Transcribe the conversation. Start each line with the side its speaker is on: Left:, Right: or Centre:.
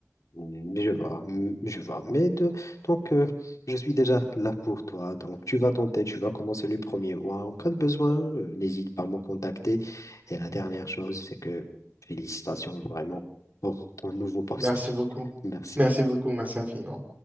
Left: Mm, Je vois, mm, je vois. Mais de... donc, euh, je suis déjà là pour toi. Donc, tu vas tenter, tu vas commencer le premier mois. En cas de besoin, euh, n'hésite pas à me contacter. Et la dernière chose, c'est que félicitations vraiment pour ton nouveau poste.
Right: Merci beaucoup.
Left: Merci.
Right: Merci beaucoup. Merci infiniment.